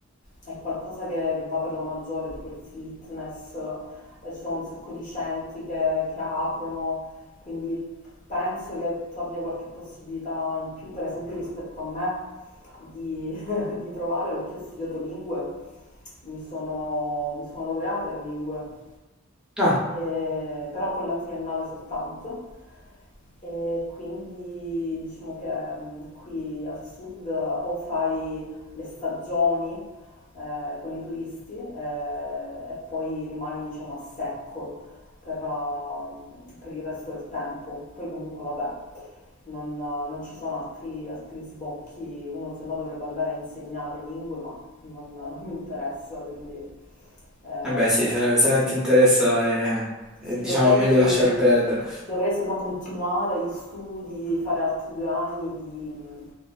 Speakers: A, on the left; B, in the centre.
A: è qualcosa che, che va per la maggiore, tipo il fitness, eh, ci sono un sacco di centri che, che aprono, quindi penso che tu abbia qualche possibilità in più, per esempio rispetto a me di, <laughs> di trovare perché ho studiato lingue, mi sono, mi sono laureata in lingue
B: Ah,
A: eh, però con la triennale soltanto. E quindi diciamo che mh, qui al sud eh, o fai le stagioni eh, con i turisti eh, e poi rimani diciamo a secco per, ehm, per il resto del tempo. Poi comunque vabbè, non, non ci sono altri, altri sbocchi, uno se no dovrebbe andare a insegnare lingue, ma non, non mi interessa, quindi eh,
B: eh beh sì, se, se non ti interessa è,
A: sì,
B: è, diciamo
A: dovrei,
B: meglio lasciar perdere.
A: dovrei se no continuare gli studi, fare altri due anni di, mh,